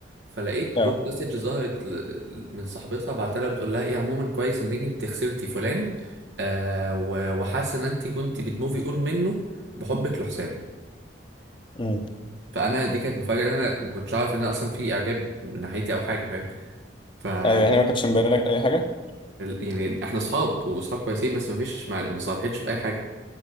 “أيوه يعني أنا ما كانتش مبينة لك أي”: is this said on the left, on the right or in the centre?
Left